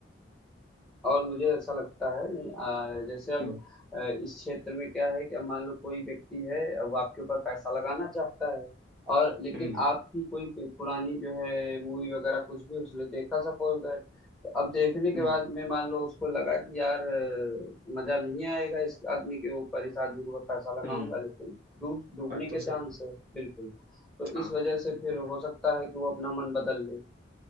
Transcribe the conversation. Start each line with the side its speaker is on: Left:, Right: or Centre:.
Centre: और मुझे ऐसा लगता है नहीं आ, जैसे अब
Right: हुँ,
Centre: अ, इस क्षेत्र में क्या है कि अब मान लो कोई व्यक्ति है अब आपके ऊपर पैसा लगाना चाहता है और लेकिन
Right: हुँ,
Centre: आपकी कोई पु- पुरानी जो है मूवी वगैरह कुछ भी उसने देखा सपोज दैट तो अब देखने के
Right: हुँ,
Centre: बाद में मान लो उसको लगा कि यार अ, मजा नहीं आएगा इस आदमी के ऊपर इस आदमी के ऊपर पैसा लगाऊंगा
Right: हुँ,
Centre: लेकिन डूब डूबने
Right: बात
Centre: के
Right: तो सही
Centre: चांस है बिल्कुल तो
Right: हाँ,
Centre: इस वजह से
Right: बिल्कुल।
Centre: फिर हो सकता है कि वो अपना मन बदल ले